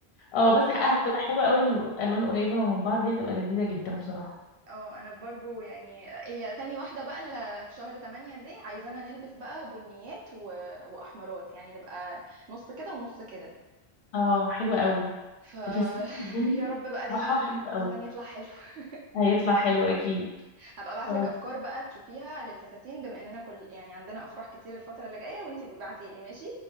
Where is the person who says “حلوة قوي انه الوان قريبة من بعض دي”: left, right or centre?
Left